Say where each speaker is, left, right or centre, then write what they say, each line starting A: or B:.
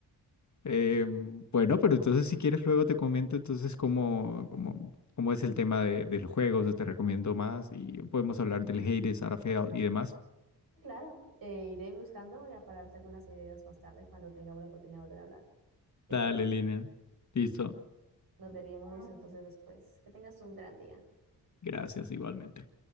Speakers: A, on the left; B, on the right.
A: Em, bueno, pero entonces si quieres luego te comento entonces cómo, cómo, cómo es el tema de, de los juegos, o te recomiendo más y podemos hablar del Hades, Starfield y demás.
B: Sí, Claro, eh, iré buscando y para darte algunas ideas más tarde cuando tengamos la oportunidad de volver a hablar. Yo
A: Dale,
B: creo que
A: Lina. Listo.
B: nos veríamos entonces después. Que tengas un gran día.
A: Gracias igualmente.